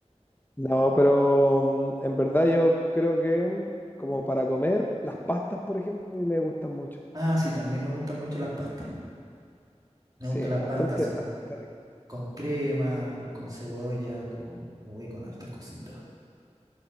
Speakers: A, on the left; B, on the right.
A: No, pero mm, en verdad yo creo que mm, como para comer, las pastas, por ejemplo, a mí me gustan mucho.
B: Ah, sí, también me gustan mucho las pastas. Me
A: Sí,
B: gustan las
A: bastante,
B: pastas así
A: bastante
B: con,
A: rico.
B: con crema, con cebolla, con, uy, con hartas cositas.